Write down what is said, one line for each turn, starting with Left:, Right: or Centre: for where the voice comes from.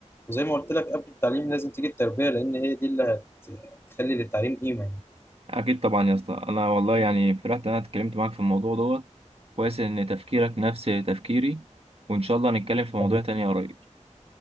Left: وزي ما قلت لك قبل التعليم لازم تيجي التربية لان هي دي اللي هت- هتخلي للتعليم قيمة يعني
Right: اكيد طبعا يا اسطى انا والله يعني فرحت ان انا اتكلمت معاك في الموضوع دوت كويس ان تفكيرك نفس تفكيري وان شاء الله نتكلم في موضوع
Left: حبيبي
Right: تاني قريب